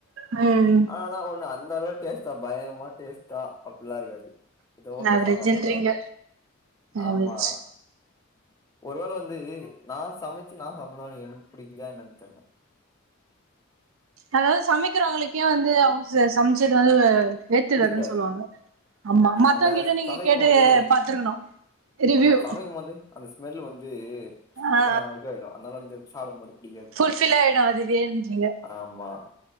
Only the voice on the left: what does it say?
ஆனா ஒண்ண அ இந்த அளவு டேஸ்டா பயங்கறமா டேஸ்ட் ஏன் அப்படிலாம் இருக்காது இத ஓகே
சொல்ற மார் தான் ஆமா
ஒருவேளை வந்து நான் சமைச்சு நான் சாப்ட்றனால எனக்கு புடிக்கலாயா என்னன் தெரில
புடிக்காது
அந்த
சமைக்கும்
போது
ஆமா சமைக்கும் போது அந்த ஸ்மெல் வந்து
ஆஹ் இது ஆயிடும் அதனால வந்து சாப்பிடம் போது புடிக்காது
ஆமா